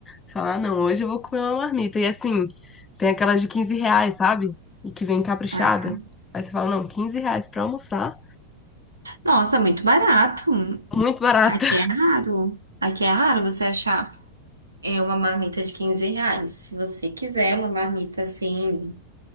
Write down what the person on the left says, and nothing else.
Você fala, ah, não, hoje eu vou comer uma marmita. E assim, tem aquelas de 15 reais, sabe? E que vem caprichada.
Aí você fala, não, 15 reais pra almoçar,
muito barata,